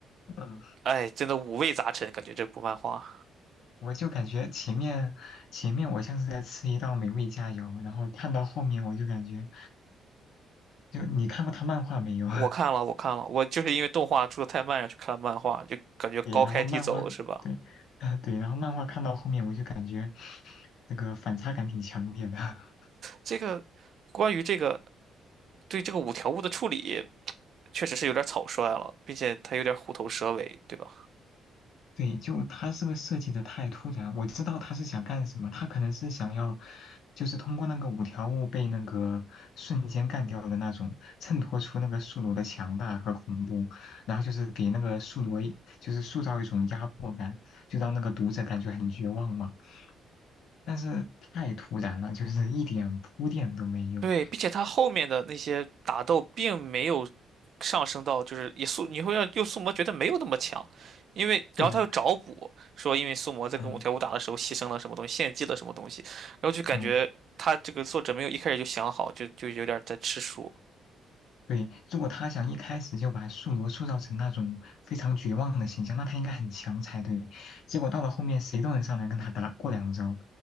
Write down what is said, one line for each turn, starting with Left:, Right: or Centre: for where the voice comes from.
Left: 嗯，
Right: 哎，真的五味杂陈，感觉这部漫画。
Left: 我就感觉前面前面我像是在吃一道美味佳肴，然后看到后面我就感觉，就你看过他漫画没有？
Right: 我看了，我看了，我就是因为动画出的太慢，然后去看了漫画，就感觉高开低走是吧？
Left: <laughs> 对，然后漫画对，<laughs> 对，然后漫画看到后面我就感觉那个反差感挺强烈的。<laughs>
Right: 这个关于这个对这个五条悟的处理，确实是有点草率了，并且他有点虎头蛇尾，对吧？
Left: 对，就他这个设计的太突然，我知道他是想干什么，他可能是想要，就是通过那个五条悟被那个瞬间干掉的那种，衬托出那个宿傩的强大和恐怖，然后就是给那个宿傩一就是塑造一种压迫感，就让那个读者感觉很绝望嘛。但是太突然了，就是一点铺垫都没有。
Right: 对，
Left: <laughs>
Right: 并且他后面的那些打斗并没有上升到，就是也宿，你会让又宿魔觉得没有那么强，因为然后他又找补说，
Left: 为啥？
Right: 因为宿魔在跟五条悟打的时候牺牲了什么东西，
Left: 嗯
Right: 献祭了什么东西，然后就感觉他这个作者没有一开始就想好，
Left: 嗯。
Right: 就就有点在吃书。
Left: 对，如果他想一开始就把宿傩塑造成那种非常绝望的形象，那他应该很强才对。结果到了后面，谁都能上来跟他打过两招，